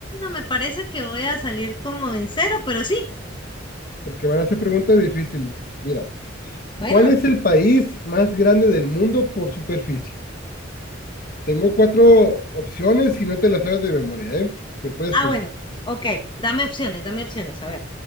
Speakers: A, on the left; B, on the left.
A: me parece que voy a salir como en cero, pero sí.
B: Porque van a ser preguntas difíciles. Mira,
A: Bueno,
B: ¿cuál es el país más grande del mundo por superficie? Tengo cuatro opciones y no te las sabes de memoria, ¿eh? Me puedes
A: ah,
B: pedir.
A: bueno. Ok, dame opciones, dame opciones, a ver.